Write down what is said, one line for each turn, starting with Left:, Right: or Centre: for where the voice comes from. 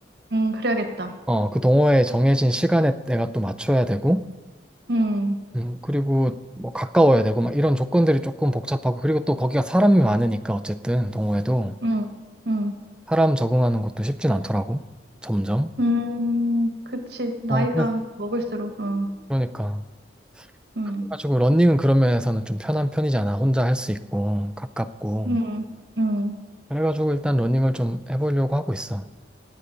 Right: 응, 그래야겠다.
Centre: 어, 그 동호회에 정해진 시간에 내가 또 맞춰야 되고
Right: 음,
Centre: 음, 그리고 뭐 가까워야 되고 막 이런 조건들이 조금 복잡하고 그리고 또 거기가 사람이 많으니까 어쨌든 동호회도
Right: 음, 음,
Centre: 사람 적응하는 것도 쉽진 않더라고. 점점.
Right: 음, 그치. 나이가
Centre: 어, 그래서
Right: 먹을수록, 어,
Centre: 그러니까
Right: 음,
Centre: 그래가지고 러닝은 그런 면에서는 좀 편한 편이잖아. 혼자 할 수 있고 가깝고.
Right: 음, 음.
Centre: 그래가지고 일단 러닝을 좀 해보려고 하고 있어.